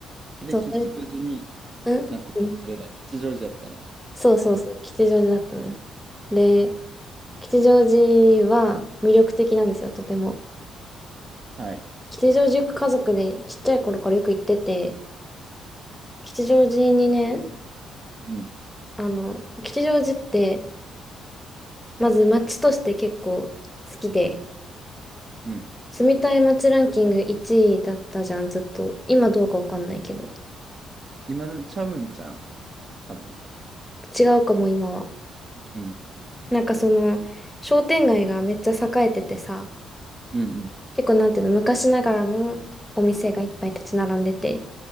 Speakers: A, on the right (about 40°); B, in the centre.
A: で、
B: そう、
A: 吉祥寺に
B: それ、うんうん。
A: なってた。それが吉祥寺やったんや。
B: そうそうそう。
A: あと、
B: 吉祥寺だったのよ。で、吉祥寺は魅力的なんですよ、とても。
A: はい。
B: 吉祥寺よく家族でちっちゃい頃からよく行ってて、吉祥寺にね、
A: うん。
B: あの、吉祥寺って、まず街として結構好きで、
A: うん。
B: 住みたい街ランキング1位だったじゃん、ずっと。今どうかわかんないけど。
A: 今のちゃうんじゃん。多分。
B: 違うかも、今は。
A: うん。
B: なんかその、商店街がめっちゃ栄えててさ、
A: うんうん
B: 結構なんていうの、昔ながらのお店がいっぱい立ち並んでて、